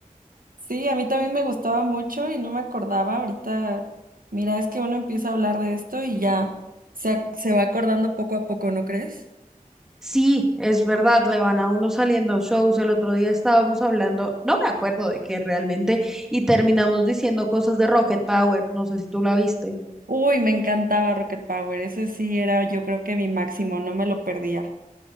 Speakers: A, on the right; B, in the centre.
A: Sí, a mí también me gustaba mucho y no me acordaba. Ahorita, mira, es que uno empieza a hablar de esto y ya se, ac- se va acordando poco a poco, ¿no crees?
B: Sí, es verdad, le van a uno saliendo shows. El otro día estábamos hablando, no me acuerdo de qué realmente, y terminamos diciendo cosas de Rocket Power. No sé si tú la viste.
A: Uy, me encantaba Rocket Power. Ese sí era, yo creo que mi máximo, no me lo perdía.